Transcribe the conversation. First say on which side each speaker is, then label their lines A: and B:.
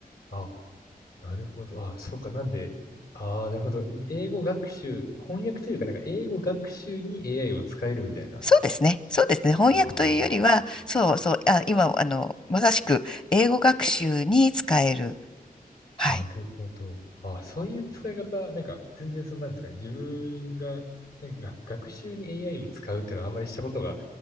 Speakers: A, on the left; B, on the left.
A: あ、なるほど。あ、そうか。なんで、ああ、なるほど。英語学習、翻訳というか、なんか英語学習に AI を使えるみたいな。
B: そうですね。そうですね。翻訳というよりは、
A: あ
B: そうそう、あ、今、あの、まさしく英語学習に使える。はい。
A: あ、なるほど。あ、そういう使い方、なんか全然そんなんですかね。自分が、なんか学学習に AI を使うっていうのはあんまりしたことが